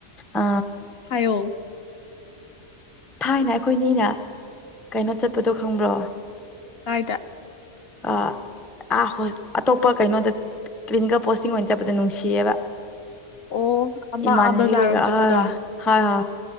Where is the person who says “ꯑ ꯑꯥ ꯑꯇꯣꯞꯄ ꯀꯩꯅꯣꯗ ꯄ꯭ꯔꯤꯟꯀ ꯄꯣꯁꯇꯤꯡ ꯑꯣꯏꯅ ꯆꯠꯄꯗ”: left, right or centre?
Centre